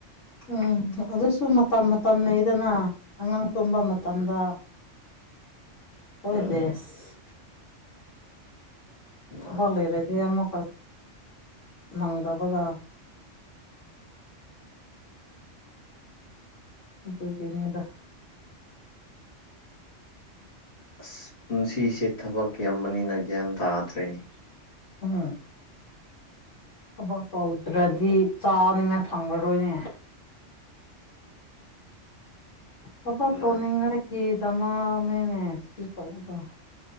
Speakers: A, on the left; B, on the left.
A: ꯎꯝ ꯑꯗꯨꯁꯨ ꯃꯇꯝ ꯃꯇꯝ ꯂꯩꯗꯅ ꯑꯉꯥꯡ ꯇꯨꯝꯕ ꯃꯇꯝꯗ
B: <unintelligible>
A: ꯍꯣꯏ
B: ꯎꯝ
A: <unintelligible> ꯊꯕꯛ
B: ꯃꯥꯅꯤ
A: ꯂꯩꯔꯗꯤ ꯑꯃꯨꯛꯀ <inaudible> ꯅꯪꯗꯕꯒ ꯑꯗꯨꯒꯤꯅꯤꯗ
B: ꯑꯁ ꯄꯨꯟꯁꯤꯁꯦ ꯊꯕꯛ ꯌꯥꯝꯕꯅꯤꯅ ꯒ꯭ꯌꯥꯟ ꯇꯥꯗ꯭ꯔꯦꯅꯦ
A: ꯎꯝ ꯊꯕꯛ ꯇꯧꯗ꯭ꯔꯗꯤ ꯆꯥꯅꯤꯉꯥꯏ ꯐꯪꯉꯔꯣꯏꯅꯦ ꯊꯕ ꯇꯧꯅꯤꯡꯉꯥꯏꯒꯤꯗꯃꯛꯅꯦꯅꯦ
B: ꯃꯥꯅꯦ
A: ꯁꯤ ꯇꯧꯕꯗ